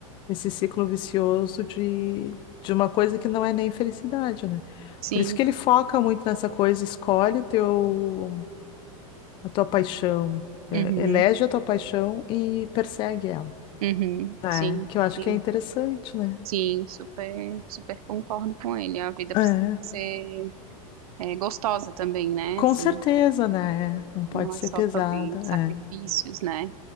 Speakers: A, on the left (about 25°); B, on the right (about 85°).
A: esse ciclo vicioso de, de uma coisa que não é nem felicidade, né?
B: sim,
A: Por isso que ele foca muito nessa coisa, escolhe o teu, a tua paixão, é,
B: uhum,
A: elege a tua paixão e persegue ela,
B: uhum,
A: né?
B: sim,
A: Que eu acho
B: sim,
A: que é interessante, né?
B: sim, super, super concordo com ele. A vida precisa
A: É,
B: ser é, gostosa também, né?
A: com
B: Assim,
A: certeza, né? Não pode
B: não é
A: ser
B: só
A: pesada,
B: sobre sacrifícios,
A: é.
B: né?